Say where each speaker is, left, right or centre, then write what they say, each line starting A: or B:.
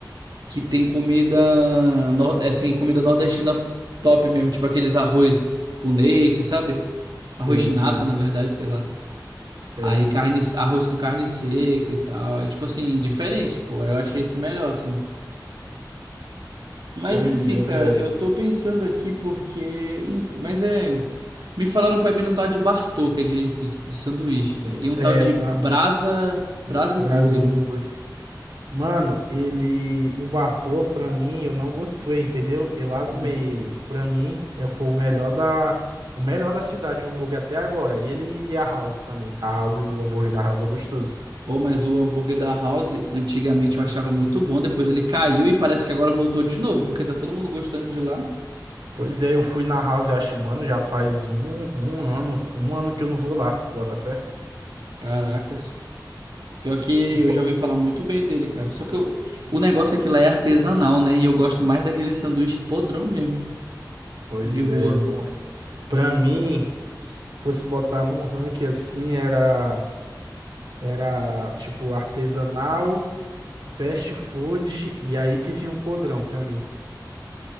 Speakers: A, on the right; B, on the right.
A: que tem comida, nor- assim, comida nordestina top mesmo, tipo aqueles arroz com leite, sabe?
B: Sei,
A: Arroz de nata,
B: sei.
A: na verdade, sei lá.
B: É.
A: Aí carne, arroz com carne seca e tal. É tipo assim, diferente, pô. Eu achei esse melhor, assim. Mas
B: Pois
A: enfim,
B: é,
A: cara,
B: velho.
A: eu tô pensando aqui porque. enf- Mas é. Me falaram pra mim um tal de Bartô, que é de, de, de sanduíche, velho. E um
B: É,
A: tal de
B: uma
A: Brasa. Brasa
B: Brasiburger.
A: e Burger. né?
B: Mano, ele. O Bartô, pra mim, eu não gostei, entendeu? Eu asmei
A: Uhum.
B: ele. E pra mim, é- foi o melhor da. O melhor da cidade, o hambúrguer até agora. Ele e a House também. A House, o hambúrguer da House é gostoso.
A: Pô, mas o hambúrguer da House, antigamente eu achava muito bom. Depois ele caiu e parece que agora voltou de novo, porque tá todo mundo gostando de lá.
B: Pois é, eu fui na House, eu acho, mano, já faz um, um ano, um ano que eu não vou lá. Tu bota fé?
A: Caracas. Pior que
B: Não po-
A: eu já ouvi falar muito bem dele, cara. Só que eu- o negócio é que lá é artesanal, né? E eu gosto mais daquele sanduíche podrão mesmo,
B: Pois
A: de rua.
B: é, eu não. Pra mim, fosse botar num ranking assim, era. Era tipo artesanal, fast food, e aí que vinha o podrão pra mim.